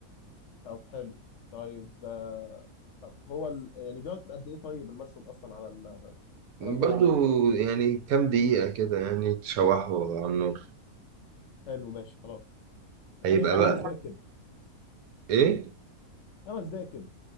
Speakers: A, on the left; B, on the right.
A: طب حلو طيب آه، طب هو ال... يعني بيقعد قد ايه طيب المشروم اصلا على ال... على
B: برضو
A: النار
B: يعني كام دقيقة كده يعني تشوحه على النار
A: حلو ماشي خلاص يعني
B: هيبقى
A: خمس
B: خلاص بقى
A: دقايق كده
B: ايه
A: خمس دقايق كده